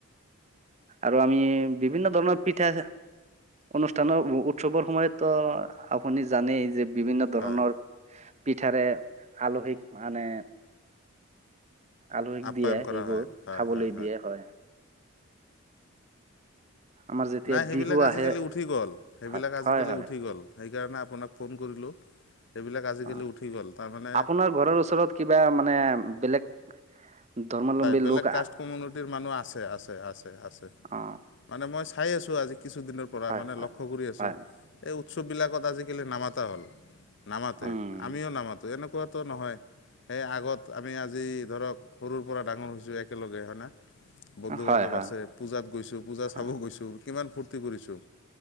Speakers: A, on the right (about 30°); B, on the left (about 55°).
A: আৰু আমি বিভিন্ন ধৰণৰ পিঠা অনুষ্ঠানৰ উৎসৱৰ সময়তো আপুনি জানেই যে বিভিন্ন ধৰণৰ
B: হয়
A: পিঠাৰে আলহীক মানে আলহিক
B: আপ্যায়ন
A: দিয়ে
B: কৰা
A: সেইবোৰ
B: হয় হয়
A: খাবলৈ
B: হয়
A: দিয়ে হয়। আমাৰ যেতিয়া
B: নাই সেইবিলাক
A: বিহু
B: আজিকালি
A: আহে
B: উঠি গ'ল, সেইবিলাক
A: হয়
B: আজিকালি
A: হয় হয়
B: উঠি গ'ল। সেইকাৰণে আপোনাক ফোন কৰিলো। সেইবিলাক আজিকালি
A: হয়
B: উঠিগল তাৰমানে
A: আপোনাৰ ঘৰৰ ওচৰত কিবা মানে বেলেগ ধৰ্মাৱলম্বী
B: বেলেগ
A: লোক
B: কাষ্ট কমিউনিটিৰ মানুহ আছে আছে আছে আছে।
A: অ
B: মানে মই চাই আছো আজি কিছুদিনৰ পৰা
A: হয়
B: মানে
A: হয়
B: লক্ষ্য কৰি আছো।
A: হয়
B: এই উৎসৱবিলাকত আজিকালি নামাতা হ'ল নামাতে
A: উম
B: আমিও নামাতো এনে কুৱাটো নহয় সেই আগত আমি আজি ধৰক সৰুৰ পৰা ডাঙৰ হৈছো একেলগে হয় না বন্ধু
A: হয়
B: বান্ধৱ
A: হয়
B: আছে। পূজাত গৈছো পূজা
A: হয়
B: চাব গৈছো কিমান ফূৰ্তি কৰিছো